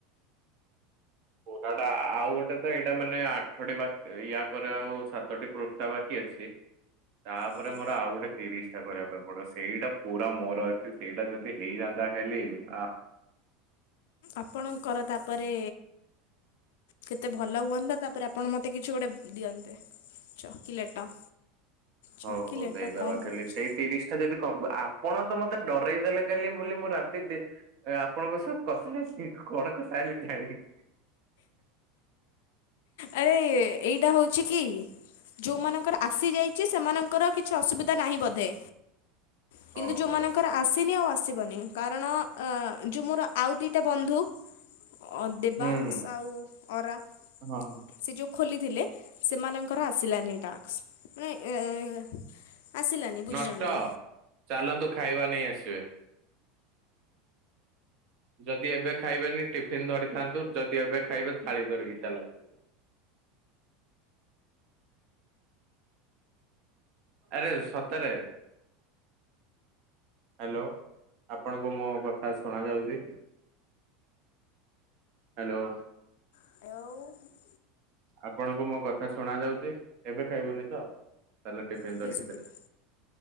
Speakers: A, on the right; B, on the left.
A: ପୁରା ଟା ଆଉ ଗୋଟେ ତ ଏଇଟା ମାନେ ଆଠଟି ବା ୟା ପରେ ଆଉ ସାତଟି ପୃଷ୍ଠା ବାକି ଅଛି। ତାପରେ
B: ଆଜ୍ଞା
A: ମୋର ଆଉ ଗୁଟେ ତିରିଶ୍ ଛା କରିବା ପାଇଁ ପଡିବ ସେଇଟା ପୁରା ମୋର ଅଛି ସେଇଟା ଯଦି ହେଇଯାନ୍ତା ଖାଲି ଆ
B: ଆପଣଙ୍କର ତାପରେ କେତେ ଭଲ ହୁଅନ୍ତା ତାପରେ ଆପଣ ମତେ କିଛି ଗୋଟେ ଦିଅନ୍ତେ। ଚକିଲେଟ। ଚକିଲେଟ
A: ହଉ ହଉ ଦେଇଦବା
B: କଣ
A: କାଲି
B: କହୁଛି
A: ସେଇ ତିରିଶ୍ ଆ ଯଦି କ ଆପଣ ତ ମତେ ଡରେଇ ଦେଲେ କାଲି ବୋଲି ମୋ ରାତି ଦି ଆପଣଙ୍କ ସହ କଥା ହେଇସି କଣ କଥା ହେଲି ଜାଣିନି।
B: ଆରେ ଏଇଟା ହଉଛି କି ଯୋଉମାନଙ୍କର ଆସିଯାଇଚି ସେମାନଙ୍କର କିଛି ଅସୁବିଧା ନାହିଁ ବୋଧେ। କିନ୍ତୁ
A: ଓହୋ।
B: ଯୋଉମାନ ଙ୍କର ଆସିନି ଆଉ ଆସିବନି କାରଣ ଅ ଯୋଉ ମୋର ଆଉ ଦିଟା ବନ୍ଧୁ ଅ ଦେବାଂଶ
A: ହୁଁ
B: ଆଉ ଅରା
A: ହଁ
B: ସେ ଯୋଉ ଖୋଲିଥିଲେ ସେମାନଙ୍କର ଆସିଲାନି ଏଇ ଟାକ୍ସ ମାନେ <unintelligible> ଆସିଲାନି। ବୁଝିଯାଆନ୍ତୁ
A: ନଷ୍ଟ ଚାଲନ୍ତୁ ଖାଇବା ନେଇ ଆସିବେ। ଯଦି ଏବେ ଖାଇବେନି ଟିଫିିନ୍ ଧରିଥାନ୍ତୁ ଯଦି ଏବେ ଖାଇବେ ଥାଳି ଧରିକି ଚାଲନ୍ତୁ। ଆରେ ସତରେ। ହାଲୋ ଆପଣଙ୍କୁ ମୋ କଥା ଶୁଣା ଯାଉଛି? ହାଲୋ।
B: ଏଆଉ।
A: ଆପଣଙ୍କୁ ମୋ କଥା ଶୁଣା ଯାଉଛି ଏବେ ଖାଇବୁନି ତ ତାହେଲେ ଟିଫିନ
B: ଏବେ
A: ଧରିକି
B: ଶୁଭିଲା।
A: ଦେ।